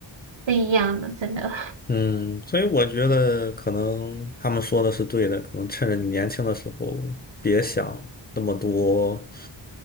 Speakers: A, on the right; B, on the left.
A: 不一样的，真的。
B: 嗯，所以我觉得可能他们说的是对的，可能趁着你年轻的时候，别想那么多